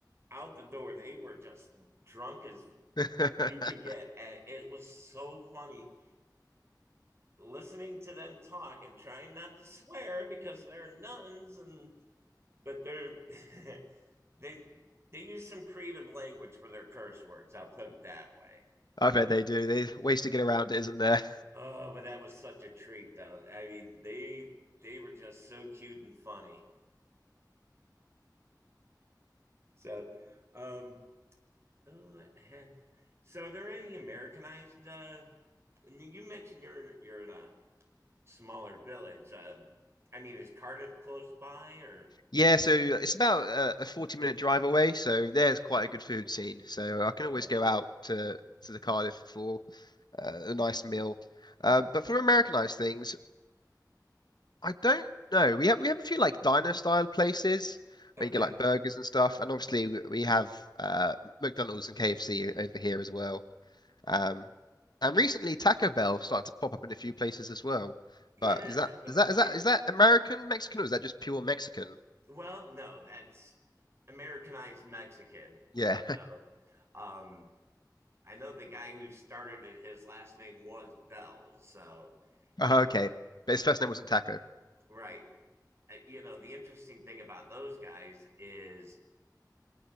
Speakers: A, on the right; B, on the left.
A: out the door. They were just drunk as
B: <laughs>
A: you can get, and it was so funny listening to them talk and trying not to swear because they're nuns and but they're <laughs> they they use some creative language for their curse words. I'll put it that way.
B: I bet they do. There's ways to get around it, isn't there?
A: Oh, but that was such a treat, though. I mean, they they were just so cute and funny. So, um, oh, eh. so are there any Americanized? Uh, I mean, you mentioned you're you're in a smaller village. Uh, I mean, is Cardiff close by or?
B: Yeah, so it's about a, a 40 minute drive away, so there's quite a good food scene. So I can
A: Okay.
B: always go out to to the Cardiff for uh, a nice meal. Uh, but for Americanized things, I don't know. We have we have a few like diner style places where
A: Okay.
B: you get like burgers and stuff, and obviously we, we have uh, McDonald's and KFC over here as well. Um, and recently Taco Bell started to pop up in a few places as well.
A: Yeah,
B: But is
A: that's
B: that
A: what
B: is that
A: I was
B: is that
A: hearing.
B: is that American Mexican or is that just pure Mexican?
A: Well, no, that's Americanized Mexican.
B: Yeah. <laughs>
A: So um I know the guy who started it, his last name was Bell. So he
B: Oh, okay. But his first name wasn't Taco.
A: right. Uh, You know, the interesting thing about those guys is,